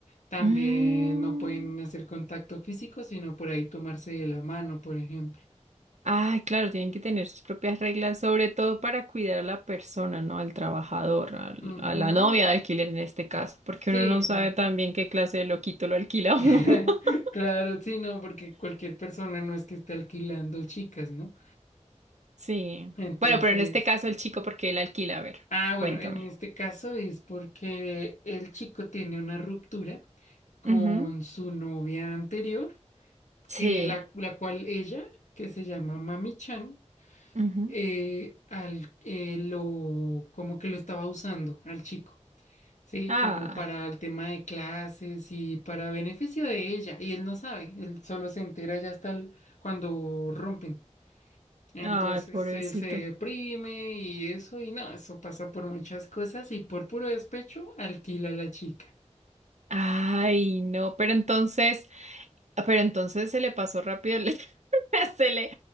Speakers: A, on the left (about 80°); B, on the right (about 70°).
A: También
B: Mm.
A: no pueden hacer contacto físico, sino por ahí tomarse de la mano, por ejemplo.
B: Ay, claro, tienen que tener sus propias reglas, sobre todo para cuidar a la persona, ¿no? Al trabajador, al-
A: Ujú,
B: a la novia de alquiler en este caso, porque
A: Sí,
B: uno no sabe también qué clase de loquito lo alquila a
A: <laughs>
B: uno. <laughs>
A: Claro, sí, no, porque cualquier persona no es que esté alquilando chicas, ¿no?
B: Sí.
A: Entonces,
B: Bueno, pero en este caso el chico, porque él alquila? A ver,
A: ah,
B: cuéntame.
A: bueno, en este caso es porque el chico tiene una ruptura con
B: Ujú.
A: su novia anterior,
B: Sí.
A: que la, la cual ella, que se llama Mami Chan,
B: Ujú.
A: eh, al, eh, lo, como que lo estaba usando al chico. Sí,
B: Ah,
A: como para el tema de clases y para beneficio de ella. Y él no sabe, él solo se entera ya hasta el- cuando rompen. Entonces
B: ay, pobrecito.
A: él se deprime y eso, y no, eso pasa por muchas cosas y por puro despecho alquila a la chica.
B: Ay, no, pero entonces. Ah, Pero entonces se le pasó rápido el- <laughs> se le...